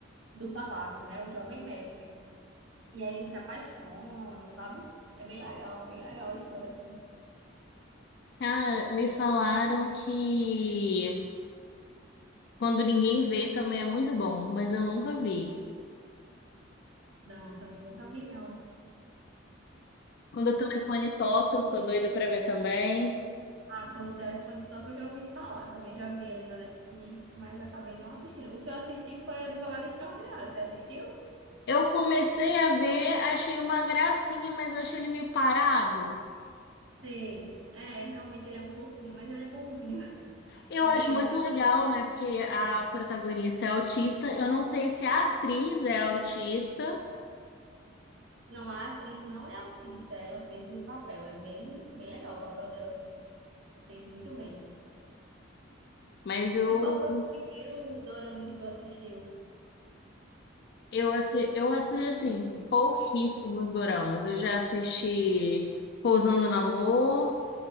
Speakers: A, on the right; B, on the left.
A: do palácio, né? O jovem mestre. E aí eles se apaixonam, sabe? É bem legal, bem legal a história, assim.
B: Cara, me falaram que quando ninguém vê também é muito bom, mas eu nunca vi.
A: Não, também nunca vi, não.
B: Quando o telefone toca, eu sou doida pra ver também.
A: Ah, quando o telefone toca, eu já ouvi falar. Também já vi ali na Netflix, mas acabei não assistindo. O que eu assisti foi Advogado extraordinária. Você assistiu?
B: Eu comecei a ver, achei uma gracinha, mas eu achei ele meio parado.
A: Sei. É, realmente ele é um pouquinho, mas ele é bonzinho. <laughs>
B: Eu
A: É um
B: acho
A: pouquinho
B: muito
A: parado.
B: legal, né? Porque a protagonista é autista. Eu não sei se a atriz é autista,
A: Não, a atriz não é autista. Ela fez o papel. É bem, bem legal o papel dela, assim. Fez muito bem.
B: mas eu
A: E qual foi o primeiro dorama que tu assistiu?
B: eu assi- eu assisto assim pouquíssimos doramas. Eu já assisti Pousando no Amor.